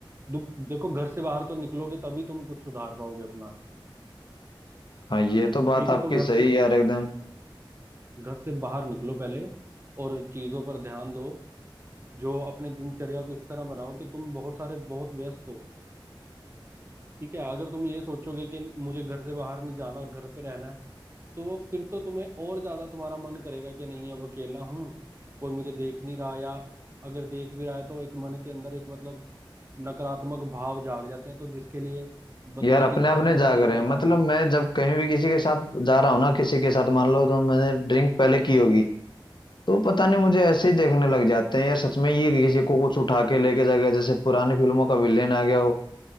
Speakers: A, on the right; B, on the left.
A: दुख देखो घर से बाहर तो निकलोगे तभी तुम कुछ सुधार पाओगे अपना
B: हाँ ये तो बात
A: ठीक
B: आपकी
A: है तो घर
B: सही
A: से
B: है यार एकदम
A: घर से बाहर निकलो पहले और चीजों पर ध्यान दो जो अपने दिनचर्या को इस तरह बनाओ कि तुम बहुत सारे बहुत व्यस्त हो ठीक है अगर तुम ये सोचोगे कि मुझे घर से बाहर नहीं जाना और घर पे रहना है तो फिर तो तुम्हें और ज्यादा तुम्हारा मन करेगा कि नहीं अब अकेला हूँ कोई मुझे देख नहीं रहा या अगर देख भी रहा है तो एक मन के अंदर एक मतलब नकारात्मक भाव जाग जाते हैं तो जिसके लिए बंदे
B: यार अपने
A: की इच्छा
B: आप
A: कर
B: नहीं
A: जाती
B: जाग रहे
A: है कि
B: हैं
A: हाँ
B: मतलब
A: मुझे
B: मैं जब कहीं भी किसी के साथ जा रहा हूँ ना किसी के साथ मान लो तो मैंने ड्रिंक पहले की होगी तो पता नहीं मुझे ऐसे ही देखने लग जाते हैं यार सच में ये किसी को कुछ उठा के लेके जा गया जैसे पुरानी फिल्मों का विलेन आ गया हो